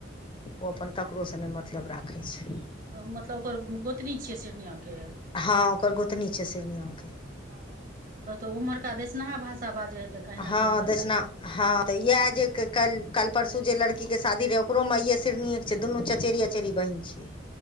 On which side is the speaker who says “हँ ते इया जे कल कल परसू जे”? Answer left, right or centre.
Left